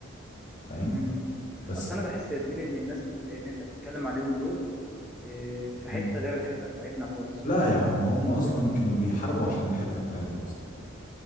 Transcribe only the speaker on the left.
فاهم
بس
ما-
لا يا عم هم اصلا كانوا بيحاربوا عشان الحته بتاعتنا اصلا